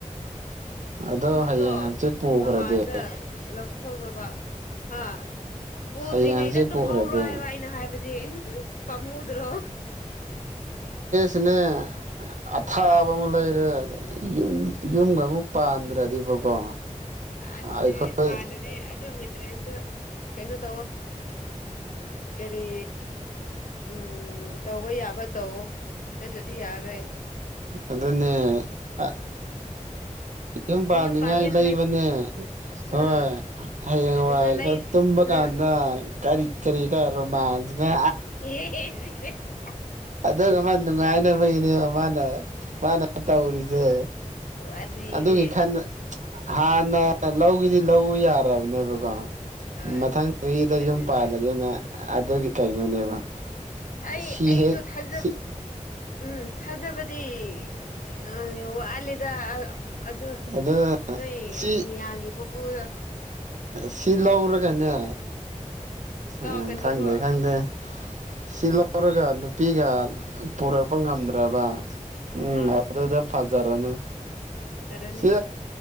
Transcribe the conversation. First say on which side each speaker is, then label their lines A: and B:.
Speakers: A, on the right; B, on the left.
A: ꯑꯗꯣ
B: ꯐꯃꯨꯡꯗꯣ
A: ꯍꯌꯦꯡ ꯍꯪꯆꯤꯠ ꯄꯨꯈ꯭ꯔꯗꯤ
B: ꯃꯄꯥꯟꯗ ꯂꯧꯊꯣꯛꯈ꯭ꯔꯕ ꯍꯥ ꯄꯨꯗ꯭ꯔꯤꯉꯩꯗ
A: ꯍꯌꯦꯡ ꯍꯪꯆꯤꯠ
B: ꯇꯨꯝꯍꯧꯔꯣ
A: ꯄꯨꯈ꯭ꯔꯗꯤ
B: ꯍꯥꯏꯕ ꯑꯩꯅ ꯍꯥꯏꯕꯗꯤ ꯄꯃꯨꯗ꯭ꯔꯣ
A: ꯁꯤꯅꯦ ꯑꯊꯥꯕ ꯑꯃ ꯂꯩ ꯨ ꯌꯨꯝꯒ ꯑꯃꯨꯛ ꯄꯥꯟꯗ꯭ꯔꯗꯤꯕꯀꯣ
B: ꯑꯗꯨꯗꯤ
A: ꯑꯩꯈꯣꯏ
B: ꯄꯥꯟꯗꯗꯤ ꯑꯗꯨ ꯃꯤꯇ꯭ꯔꯦꯁꯨ ꯀꯩꯅꯣ ꯇꯧꯑꯣ ꯀꯔꯤ ꯎꯝ ꯇꯧꯕ ꯌꯥꯕ ꯇꯧꯑꯣ ꯅꯠꯇ꯭ꯔꯗꯤ ꯌꯔꯔꯣꯏ
A: ꯑꯗꯨꯗꯅꯦ ꯑ ꯌꯨꯝ ꯄꯥꯟꯅꯤꯡꯉꯥꯏ
B: ꯃꯌꯨꯝ ꯄꯥꯟꯒꯦꯅ
A: ꯂꯩꯕꯅꯦ
B: ꯂꯩ
A: ꯍꯣꯏ
B: ꯑꯥ
A: ꯍꯌꯦꯡ
B: ꯑꯗꯨꯗ
A: ꯋꯥꯏ
B: ꯂꯩ
A: ꯈꯔ ꯇꯨꯝꯕ ꯀꯥꯟꯗ
B: ꯑꯥ
A: ꯀꯔꯤ ꯀꯔꯤ ꯀꯔ ꯔꯣꯃꯥꯟꯁ ꯅꯦ
B: ꯑꯦ <inaudible>
A: ꯑꯗꯨꯒ ꯃꯥ ꯅꯨꯡꯉꯥꯏꯅꯕꯒꯤꯅꯦꯕ ꯃꯥꯅ ꯃꯥꯅ ꯇꯧꯔꯤꯁꯦ
B: ꯋꯥꯔꯤꯗꯤ
A: ꯑꯗꯨꯒꯤ ꯈꯟ ꯍꯥꯟꯅ ꯂꯧꯒꯦꯗꯤ ꯂꯧ ꯌꯥꯔꯕꯅꯦꯕꯀꯣ
B: ꯑꯥ
A: ꯃꯊꯪ ꯆꯍꯤꯗ
B: ꯑꯗꯨꯅꯦ
A: ꯌꯨꯝ ꯄꯥꯜꯂꯒꯦꯅ ꯑꯗꯨꯒꯤ ꯀꯩꯅꯣꯅꯦꯕ
B: ꯑꯩ
A: ꯁꯤ
B: ꯑꯩꯁꯨ
A: ꯍꯦꯛ
B: ꯊꯥꯖꯕ
A: ꯁꯤ
B: ꯎꯝ ꯊꯥꯖꯕꯗꯤ ꯑꯩꯗꯤ ꯑ ꯋꯣꯠꯂꯤꯗ ꯑꯗꯣ
A: ꯑꯗꯨ
B: ꯅꯣꯏ
A: ꯁꯤ
B: ꯃꯤꯌꯥꯝꯒꯤ ꯄꯨꯄꯨꯗ
A: ꯁꯤ ꯂꯧꯔꯒꯅꯦ
B: ꯇꯧꯔꯛꯀꯅꯤꯀꯣ
A: ꯎꯝ ꯈꯪꯗꯦ ꯈꯪꯗꯦ ꯁꯤ ꯂꯧꯔꯒ ꯑꯗꯨꯝ ꯅꯨꯄꯤꯒ ꯄꯨꯔꯛꯄ ꯉꯝꯗ꯭ꯔꯕ ꯎꯝ
B: ꯑꯥ
A: ꯑꯗꯨꯗ ꯐꯖꯔꯅꯤ
B: ꯌꯥꯔꯅꯤ
A: ꯁꯦ